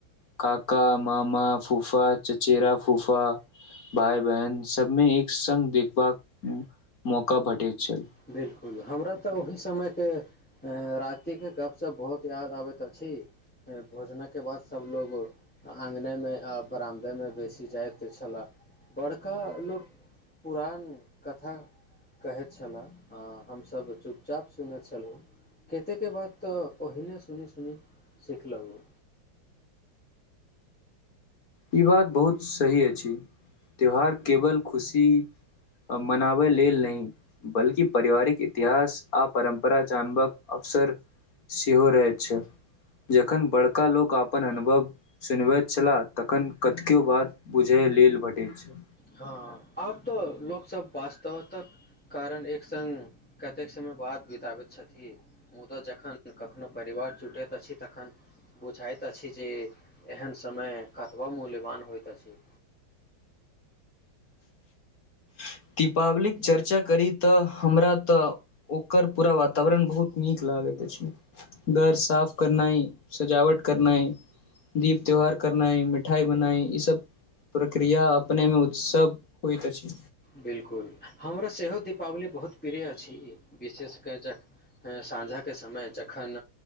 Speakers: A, on the left; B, in the centre.
A: काका मामा फूफा चचेरा फूफा भाय बहन सबमे एक संगङग देखबाक मौका भेटैत छल
B: बिल्कुल हमरा तऽ ओहि समयके रातिके गपशप बहुत याद आबैत अछि भोजनके बाद सभलोग आङ्गनेमे आ बरामदेमे बेसी जाइत छलय बड़का लोक पुरान कथा कहैत छलए हां हमसभ चुपचाप सुनने छलहुँ कतेकके बात तऽ ओहिने सुनी सुनी सिखलहुँ
A: ई बात बहुत सही अछि त्यौहार केवल खुशी मनाबय लेल नहि बल्कि पारिवारिक इतिहास आ परम्परा जानबाक अवसर सेहो रहैत छै जखन बड़का लोक अपन अनुभव सुनबैत छलाह तखन कतिको बात बुझय लेल भेटैत छै
B: हँ आब तऽ लोक सब वास्तव तक कारण एक सङ्ग कतेक समय बाद बिताबत छथि मुदा जखन कखनो परिवार जुटैत अछि तखन बुझाइत अछि जे एहन समय कतबा मूल्यवान होइत अछि
A: <inaudible> दीपावलीक चर्चा कर तऽ हमरा तऽ ओकर पूरा वातावरण बहुत नीक लागे घर साफ करनाइ सजावट करनाइ दीप त्योहार करनाइ मिठाई बनाई ई सब प्रक्रिया अपने मे उत्सव होइत अछि
B: बिल्कुल हमरा सेहो दीपावली बहुत प्रिय अछि विशेषकरख सााँझाके समय जखन